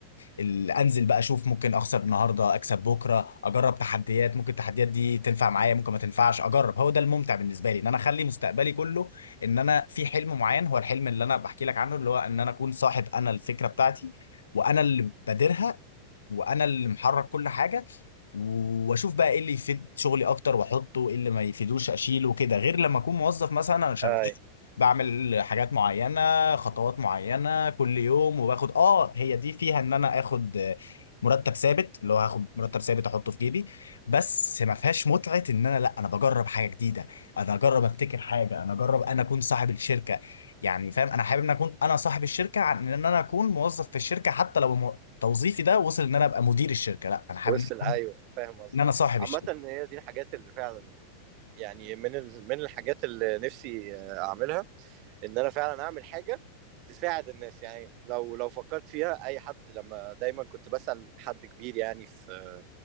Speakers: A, on the left (about 70°); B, on the right (about 40°).
A: ال انزل بقى اشوف ممكن اخسر النهارده اكسب بكره اجرب تحديات ممكن التحديات دي تنفع معايا ممكن ما تنفعش اجرب هو ده الممتع بالنسبه لي ان انا اخلي مستقبلي كله ان انا في حلم معين هو الحلم اللي انا بحكي لك عنه اللي هو ان انا اكون صاحب انا الفكره بتاعتي وانا اللي بادرها وانا اللي محرك كل حاجه واشوف بقى ايه اللي يفيد شغلي اكتر واحطه ايه اللي ما يفيدوش اشيله كده غير لما اكون موظف مثلا انا شغال
B: ايوه
A: بعمل حاجات معينه خطوات معينه كل يوم وباخد اه هي دي فيها ان انا اخد آه، مرتب ثابت اللي هو هاخد مرتب ثابت احطه في جيبي بس ما فيهاش متعه ان انا لا انا بجرب حاجه جديده انا اجرب ابتكر حاجه انا اجرب انا اكون صاحب الشركه يعني فاهم انا حابب ان اكون انا صاحب الشركه عن ان انا اكون موظف في الشركه حتى لو توظيفي ده وصل ان انا ابقى مدير الشركه لا انا حابب
B: وصل
A: ان أكون-
B: ايوه فاهم قصدك
A: إن انا صاحب
B: عامه
A: الشركه
B: هي دي الحاجات اللي فعلا يعني من ال- من الحاجات اللي نفسي آه، اعملها ان انا فعلا اعمل حاجه تساعد الناس يعني لو لو فكرت فيها اي حد لما دايما كنت بسأل حد كبير يعني في